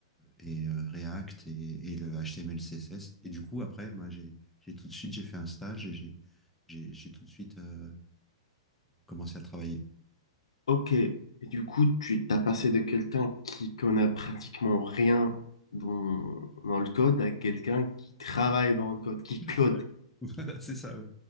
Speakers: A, in the centre; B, on the left (about 85°).
A: et, et, euh, React et, et, le HTML, CSS. Et du coup, après, moi, j'ai j'ai tout de suite, j'ai fait un stage et j'ai j'ai, j'ai tout de suite euh, commencé à travailler.
B: Ok, et du coup, tu t'as passé de quelqu'un qui connaît pratiquement rien dans, dans le code à quelqu'un qui travaille dans le code, qui code.
A: Ouais. <laughs> c'est ça, ouais.